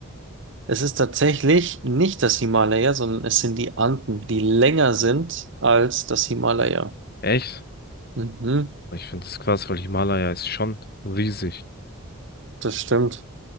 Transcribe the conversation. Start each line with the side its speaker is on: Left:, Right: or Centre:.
Right: Es ist tatsächlich nicht das Himalaya, sondern es sind die Anden, die länger sind als das Himalaya.
Left: Echt?
Right: Mhm,
Left: Ich finde das krass, weil Himalaya ist schon riesig.
Right: das stimmt.